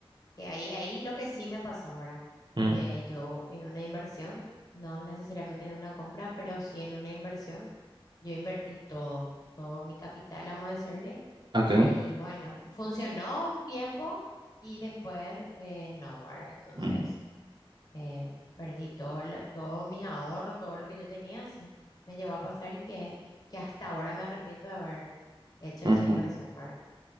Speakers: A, on the left (about 40°); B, on the right (about 50°).
A: Que ahí, ahí lo que sí me pasó ahora,
B: Mm,
A: que yo en una inversión, no necesariamente en una compra, pero sí en una inversión, yo invertí todo, todo mi capital, vamos a decirle.
B: ok.
A: Y bueno, funcionó un tiempo y después eh, no, ¿verdad? Entonces
B: Mm,
A: eh, perdí todo la- todos mis ahorros, todo lo que yo tenía, sí, me llegó a pasar y que, que hasta ahora me arrepiento de haber hecho
B: ujú.
A: esa inversión, ¿verdad?